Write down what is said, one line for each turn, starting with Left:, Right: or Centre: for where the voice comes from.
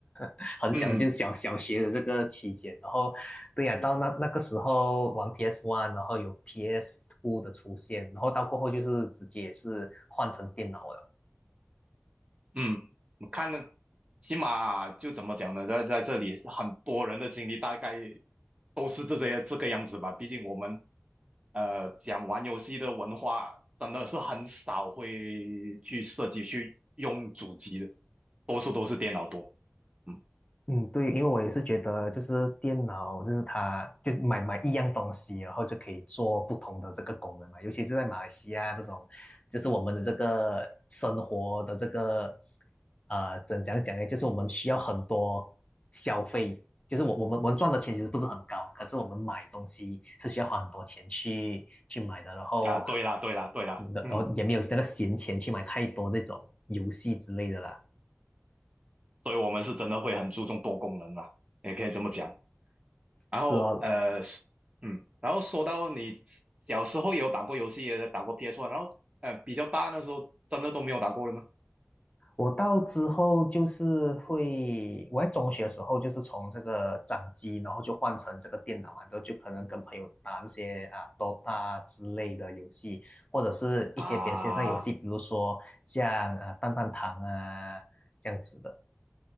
Left: <laughs> 很小就是小小学的这个期间，
Right: 嗯。
Left: 然后对呀、到那那个时候玩 PS One，然后有 PS Two 的出现，然后到过后就是直接也是换成电脑了。
Right: 嗯，我看的起码就怎么讲呢，在在这里很多人的经历大概都是这些这个样子吧。毕竟我们呃讲玩游戏的文化真的是很少会去涉及去用主机的，多数都是电脑多。嗯
Left: 嗯，对，因为我也是觉得，就是电脑，就是它，就是买买一样东西，然后就可以做不同的这个功能嘛。尤其是在马来西亚这种，就是我们的这个生活的这个，呃，怎讲讲呢？就是我们需要很多消费，就是我我们我们赚的钱其实不是很高，可是我们买东西是需要花很多钱去去买的，然后，
Right: 啊，对啦对啦对啦，
Left: 然后也没有那个闲钱去买太多这种游戏之类的啦。
Right: 嗯，所以我们是真的会很注重多功能啦，也可以这么讲。然后呃，
Left: 是哦，
Right: 嗯，然后说到你小时候也有打过游戏，也打过 p s One，然后呃，比较大那时候真的都没有打过了吗？
Left: 我到之后就是会，我在中学的时候就是从这个掌机，然后就换成这个电脑嘛，然后就可能跟朋友打这些啊 Dota 之类的游戏，或者是一些别的线上游戏，
Right: 啊
Left: 比如说像啊呃弹弹堂啊这样子的。